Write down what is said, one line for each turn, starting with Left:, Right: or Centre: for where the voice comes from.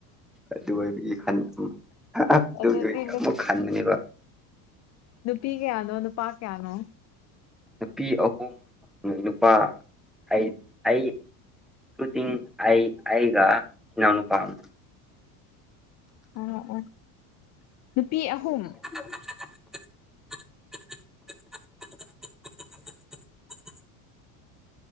Centre: ꯑꯗꯨ ꯑꯣꯢꯕꯒꯤ ꯈꯟ ꯑꯝ ꯑꯗꯨꯒꯤ
Left: ꯑꯗꯨꯗꯤ
Centre: ꯑꯃꯨꯛ ꯈꯥꯟꯕꯅꯦꯕ
Left: ꯅꯨꯄꯤ ꯀꯌꯥꯅꯣ ꯅꯨꯄꯥ ꯀꯌꯥꯅꯣ
Centre: ꯅꯨꯄꯤ ꯑꯍꯨꯝ ꯅꯨꯄꯥ ꯑꯩ ꯑꯩ ꯈꯨꯇꯤꯡ ꯑꯩ ꯑꯩꯒ ꯏꯅꯥꯎ ꯅꯨꯄꯥ ꯑꯝ
Left: ꯑ ꯑꯣ ꯅꯨꯄꯤ ꯑꯍꯨꯝ
Centre: <inaudible>